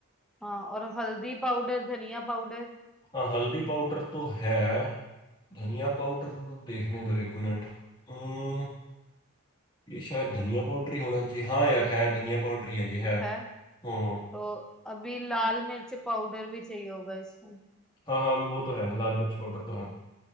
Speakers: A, in the centre; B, on the left (about 20°).
A: हाँ और हल्दी पाउडर धनिया पाउडर
B: हाँ हल्दी पाउडर तो है धनिया पाउडर देखने दो एक मिनट हम्म, ये शायद धनिया पाउडर ही होना चाहिए हाँ यार है धनिया पाउडर ही है ये है
A: है
B: हम्म
A: तो अभी लाल मिर्च पाउडर भी चाहिए होगा इसमें
B: हाँ हाँ वो तो है लाल मिर्च पाउडर तो है